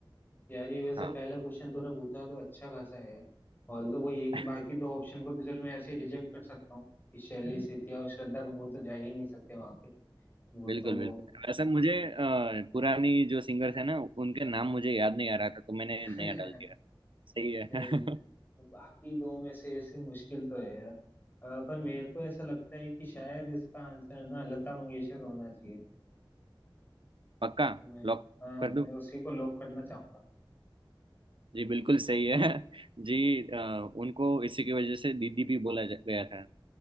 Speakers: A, on the left; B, on the right.
A: यार ये वैसे
B: हाँ
A: पहला क्वेश्चन तूने पूछा तो अच्छा खासा है ऑल दो वो ये कि
B: <laughs>
A: बाकी दो ऑप्शन को तो चल मैं ऐसे ही रिजेक्ट कर सकता हूँ कि शैली सेठिया और श्रद्धा कपूर तो जा ही नहीं सकते वहां पे वो
B: बिल्कुल
A: तो
B: बिल्कुल वैसे मुझे अ, पुरानी जो सिंगर्स है ना उनके नाम मुझे याद नहीं आ रहा था तो मैंने
A: <laughs>
B: नया डाल दिया सही है
A: चल
B: <laughs>
A: तो बाकी दो में से ऐसी मुश्किल तो है यार अ, पर मेरे को ऐसा लगता है कि शायद इसका आंसर ना लता मंगेशकर होना चाहिए
B: पक्का
A: मैं
B: लॉक
A: अ,
B: कर दूं
A: मैं उसी को लॉक करना चाहूंगा
B: जी बिल्कुल सही है <laughs> जी अ, उनको इसी की वजह से दीदी भी बोला जा- गया था